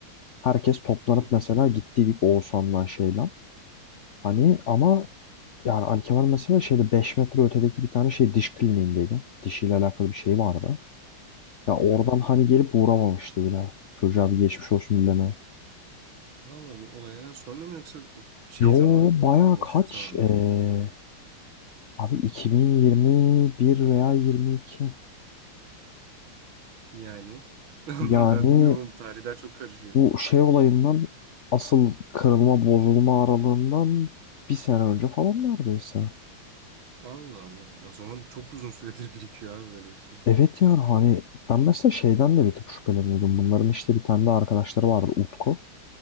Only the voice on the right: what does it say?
Hı hı.
Hı hı.
Valla bu olaylardan sonra mı yoksa bu şey
zamanında
mı böyle boşluk
zamanında
mı?
Yani <laughs>
ben bilmiyorum ama tarihler çok karışıyor.
Allah Allah. O zaman çok uzun süredir birikiyor abi böyle bir şey.